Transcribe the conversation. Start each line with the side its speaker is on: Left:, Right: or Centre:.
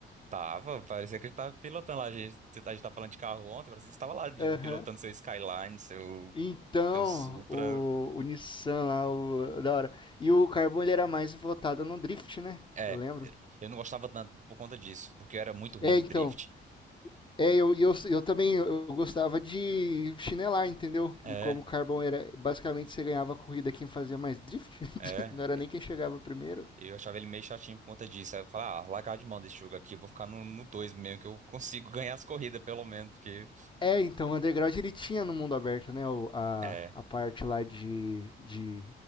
Right: Tava, parecia que a gente tava pilotando lá. A gente, a gente tava falando de carro ontem, parecia que você tava lá de-
Left: Aham.
Right: pilotando
Left: Uhum.
Right: seu Skyline, seu,
Left: Então,
Right: seu Supra.
Left: o, o Nissan lá, o, da hora. E o Carbon ele era mais votado no drift, né?
Right: É,
Left: Eu lembro.
Right: eu não gostava tanto por conta disso, porque eu era muito ruim
Left: É,
Right: no
Left: então.
Right: drift.
Left: É, eu, eu, eu também eu gostava de chinelar, entendeu?
Right: É,
Left: E como o Carbon era, basicamente você ganhava a corrida quem fazia mais drift, <laughs>
Right: é.
Left: não era nem quem chegava primeiro.
Right: Eu achava ele meio chatinho por conta disso. Aí eu falava, ah, largar de mão desse jogo aqui, vou ficar no, no 2 mesmo, que eu consigo <laughs> ganhar as corridas, pelo menos, porque.
Left: É, então, o Underground ele tinha no mundo aberto, né? o- a,
Right: É,
Left: a parte lá de, de.